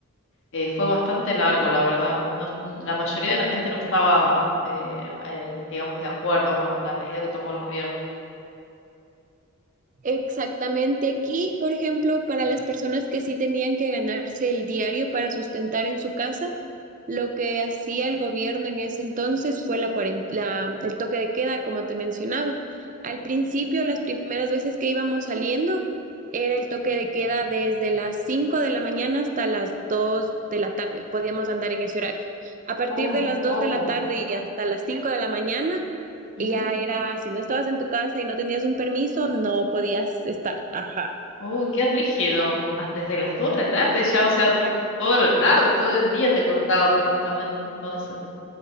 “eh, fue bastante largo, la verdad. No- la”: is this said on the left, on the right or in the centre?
Left